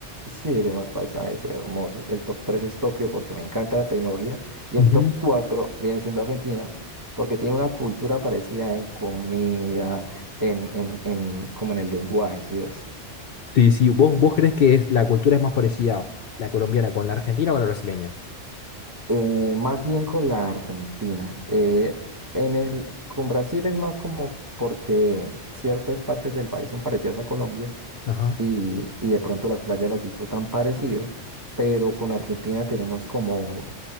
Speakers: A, on the right; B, on the left.
A: Sí, de unos paisajes hermosos. El top 3 es Tokio porque me encanta la tecnología. Y
B: Ujú.
A: el top 4 viene siendo Argentina porque tiene una cultura parecida en comida, en, en, en- como en el lenguaje, ¿sí ves?
B: Sí, sí. ¿Vos, vos crees que es, la cultura es más parecida la colombiana con la argentina o con la brasileña?
A: Eh, más bien con la Argentina. Eh, en el, con Brasil es más como porque ciertas partes del país son parecidas a Colombia
B: Ajá.
A: y, y de pronto las playas las disfrutan parecido, pero con Argentina tenemos como